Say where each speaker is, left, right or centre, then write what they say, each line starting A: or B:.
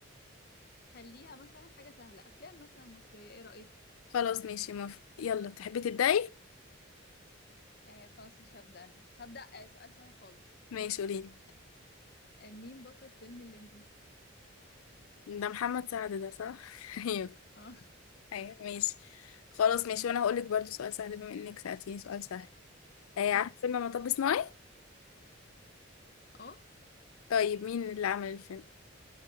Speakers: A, on the left; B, on the left.
A: خليها مثلا حاجة سهلة أفلام مثلا مصرية ايه رأيك؟
B: خلاص ماشي موافقة يلا تحبي تبدأي
A: آه خلاص مش هبدأ أنا هبدأ آه سؤال سهل خالص
B: ماشي قوليلي
A: آه مين بطل فيلم الليمبي؟
B: ده محمد سعد ده صح <laughs> ايوه
A: اه
B: ايوه ماشي خلاص ماشي وانا هقولك برضو سؤال سهل بما انك سألتيني سؤال سهل
A: <laughs>
B: آه عارفة
A: ماشي
B: فيلم مطب صناعي
A: اه
B: طيب مين اللي عمل الفيلم